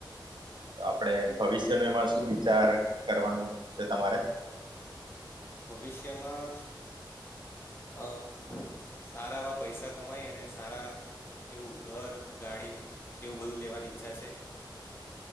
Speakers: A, on the left (about 25°); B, on the right (about 65°).
A: હમ
B: તો આપડે ભવિષ્યનો એમાં શું વિચાર કરવાનું છે તમારે
A: ભવિષ્યમાં આહ સારા એવા પૈસા કમાય અને સારા એવું ઘર ગાડી એવું બધું લેવાની ઈચ્છા છે